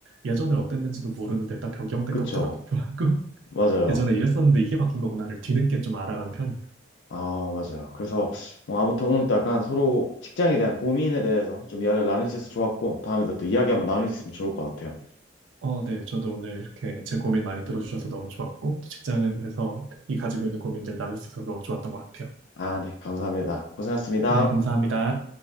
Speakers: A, on the right (about 80°); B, on the left (about 75°).
A: 예전에 어땠는지도 모르는데 일단 변경된
B: 그쵸.
A: 것부터 공부하고 <laughs>
B: 맞아요.
A: 예전에 이랬었는데 이게 바뀐 거구나를 뒤늦게 좀 알아가는 편이에요.
B: 아, 맞아요. 그래서 뭐 아무튼 오늘 또 약간 서로 직장에 대한 고민에 대해서 좀 이야기를 나눌 수 있어서 좋았고, 다음에도 또 이야기 한번 나눌 수 있으면 좋을 것 같아요.
A: 어, 네. 저도 오늘 이렇게 제 고민 많이 들어주셔서 너무 좋았고 또 직장에서 특히 가지고 있는 고민들 나눌 수 있어서 너무 좋았던 것 같아요.
B: 아, 네, 감사합니다. 고생하셨습니다.
A: 네, 감사합니다.